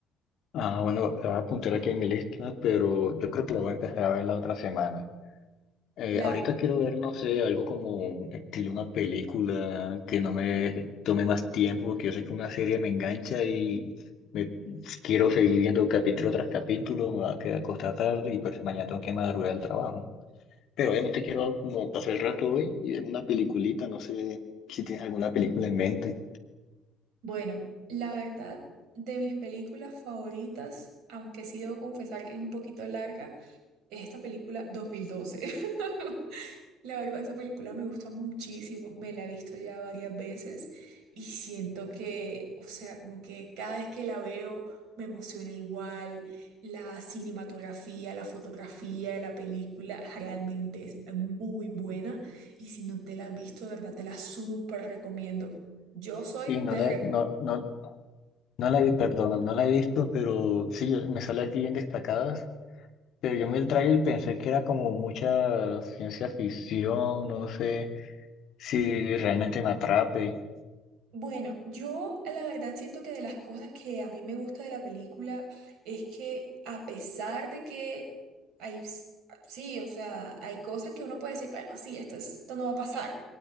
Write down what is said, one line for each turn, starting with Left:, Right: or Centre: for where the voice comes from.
Left: Ah, bueno, la voy a apuntar aquí en mi lista, pero yo creo que la voy a empezar a ver la otra semana. Eh,
Right: La,
Left: ahorita quiero ver, no sé, algo como estilo una película que no me tome más tiempo, porque yo sé que una serie me engancha y me quiero seguir viendo capítulo tras capítulo, me va a quedar acostada tarde y pues mañana tengo que madrugar al trabajo. Pero obviamente quiero como pasar el rato hoy y ver una peliculita, no sé si tienes alguna película en mente.
Right: bueno, la verdad, de mis películas favoritas, aunque sí debo confesar que es un poquito larga, es esta película dos mil doce <laughs> La verdad, esa película me gusta muchísimo, me la he visto ya varias veces y siento que, o sea, como que cada vez que la veo me emociona igual, la cinematografía, la fotografía de la película realmente es muy buena y si no te la has visto, de verdad, te la súper recomiendo. Yo soy
Left: Sí, no
Right: de
Left: la, no, no, no la vi, perdona, no la he visto, pero sí, me sale aquí en destacadas Pero yo me el tráiler y pensé que era como mucha ciencia ficción, no sé si realmente me atrape.
Right: Bueno, yo la verdad siento que de las cosas que a mí me gusta de la película es que a pesar de que hay, s- sí, o sea, hay cosas que uno puede decir, bueno, sí, esto, es- esto no va a pasar,